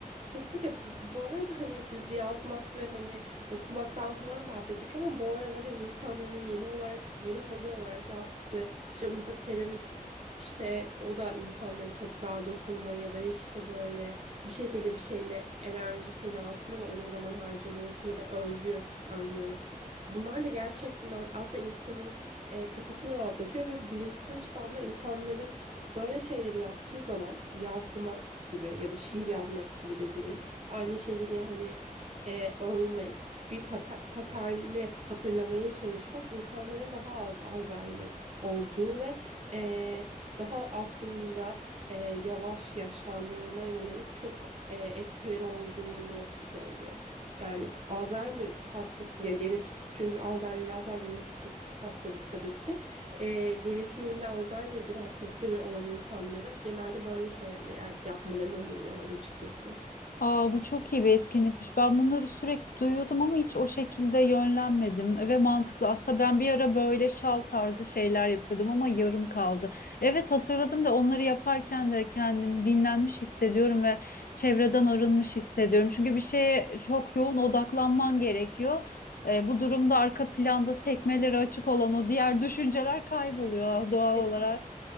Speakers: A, on the right; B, on the left.
A: Kesinlikle. Bu arada hani biz yazmak ve hani okumaktan falan bahsettik ama bu aralar hani insanların yeni olarak yeni hobi olarak yaptığı işte mesela seramik işte o da insanları toprağa dokunma ya da işte böyle bir şekilde bir şeyle enerjisini atma ve ona zaman harcama olsun ya da örgü örme olsun. Bunlar da gerçekten aslında insanın e, kafasını rahatlatıyor ve bilimsel açıdan da insanların Böyle şeyleri yaptığı zaman yazmak gibi ya da şiir yazmak gibi dediğin aynı şekilde hani e, örmek bir pata- paterni hatırlamaya çalışmak insanların daha az Alzheimer olduğu ve e, daha aslında e, yavaş yaşlandığına yönelik çok e, etkileri olduğunu söylüyor. Yani Alzheimer hastası ya genetik çünkü Alzheimer biraz daha genetik bir hastalık tabii ki e, genetiğinde Alzheimer gibi hastalıkları olan insanları genelde böyle şeyler yapmalarını öneriyorlar açıkçası.
B: Aa, bu çok iyi bir etkinlikmiş. Ben bunları sürekli duyuyordum ama hiç o şekilde yönlenmedim ve mantıklı. Aslında ben bir ara böyle şal tarzı şeyler yapıyordum ama yarım kaldı. Evet hatırladım da onları yaparken de kendim dinlenmiş hissediyorum ve çevreden arınmış hissediyorum. Çünkü bir şeye çok yoğun odaklanman gerekiyor. Ee, bu durumda arka planda sekmeleri açık olan o diğer düşünceler kayboluyor doğal
A: Kesin,
B: olarak.